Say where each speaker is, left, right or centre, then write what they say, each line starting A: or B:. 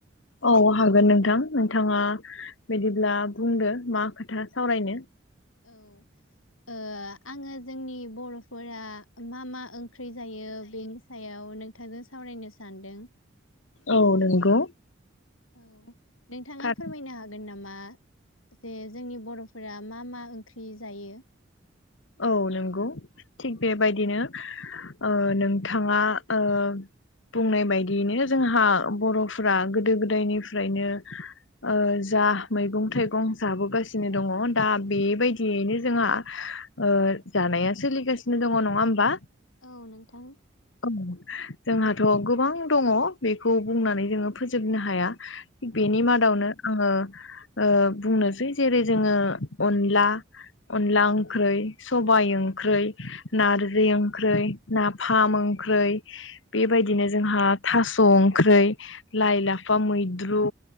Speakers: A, on the left; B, on the left.
A: औ हागोन नोंथां नोंथाङा बिदिब्ला बुंदो मा खोथा सावरायनो
B: औ ओ आङो जोंनि बर फोरा मा मा ओं ओंख्रि जायो बेनि सायाव नोंथांजों सावरायनो सानदों
A: औ नंगौ
B: औ नोंथाङा
A: थार
B: फोरमायनो हागोन नामा? जे जोंनि बरफोरा मा मा ओंख्रि जायो
A: औ नंगौ थिग बेबायदिनो ओ नोंथाङा ओ बुंनाय बायदियैनो जोंहा बरफ्रा गोदो गोदायनिफ्रायनो ओ जा मैगं थाइगं जाबोगासिनो दङ दा बेबायदियैनो जोंहा ओ जानाया सोलिगासिनो दङ नङा होमबा?
B: औ नोंथां
A: औ जोंहाथ गोबां दङ बेखौ बुंनानै जोङो फोजोबनो हाया बेनि
B: औ
A: मादावनो आङो ओ बुंनोसै जेरै जोङो अनला अनला ओंख्रै सबाय ओंख्रै नारजि ओंख्रै नाफा फाम ओंख्रै बेबायदिनो
B: औ
A: जोंहा थास' ओंख्रै लाइ लाफा मैद्रु